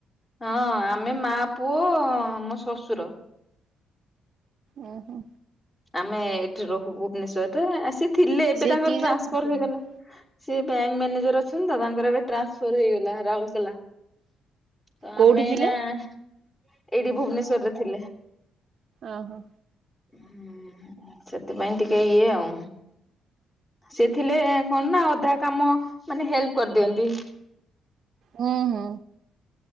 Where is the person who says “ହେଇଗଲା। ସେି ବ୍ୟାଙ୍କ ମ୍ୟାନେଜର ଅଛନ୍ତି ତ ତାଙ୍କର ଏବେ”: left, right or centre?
Left